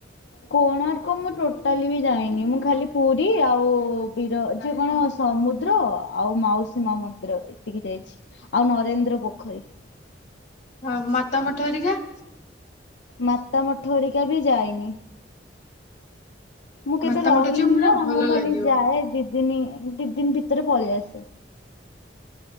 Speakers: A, on the left (about 75°); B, on the left (about 40°).
A: କୋଣାର୍କ ମୁଁ ଟୋଟାଲି ବି ଯାଇନି ମୁଁ ଖାଲି ପୁରୀ ଆଉ ବିର ଯୋଉ କଣ ସମୁଦ୍ର ଆଉ ମାଉସୀ ମା ମନ୍ଦିର ଏତିକି ଯାଇଛି ଆଉ ନରେନ୍ଦ୍ର ପୋଖରୀ।
B: ଆଉ ମାତା ମଠ ହେରିକା।
A: ମାତା ମଠ ହରିକା ବି ଯାଇନି। ମୁଁ କେବେ
B: ମାତା
A: ରହିନି
B: ମଠ ଯିବୁ ପୁରା
A: ନା
B: ଭଲ
A: ମୁଁ ଖାଲି
B: ଲାଗିବ।
A: ଯାଏ ଦି ଦିନି ଦି ଦିନ ଭିତରେ ପଳେଇ ଆସେ।